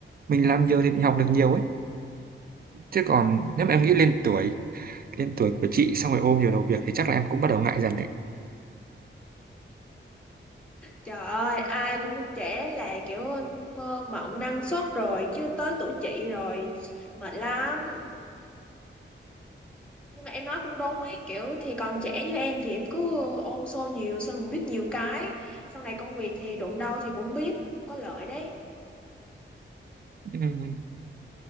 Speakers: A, on the right; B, in the centre.
A: mình làm nhiều thì mình học được nhiều ấy. Chứ còn
B: Ừ.
A: nếu mà em nghĩ lên tuổi lên tuổi của chị xong rồi ôm nhiều đầu việc thì chắc là em cũng bắt đầu ngại dần đấy.
B: Trời ơi, ai cũng trẻ là kiểu mơ mộng năng suất rồi chứ tới tuổi chị rồi mệt lắm. Nhưng mà em nói cũng đúng ấy, kiểu thì còn trẻ như em thì em cứ ôm xô nhiều xong mình biết nhiều cái. Sau này công việc thì đụng đâu thì cũng biết, cũng có lợi đấy.
A: <laughs>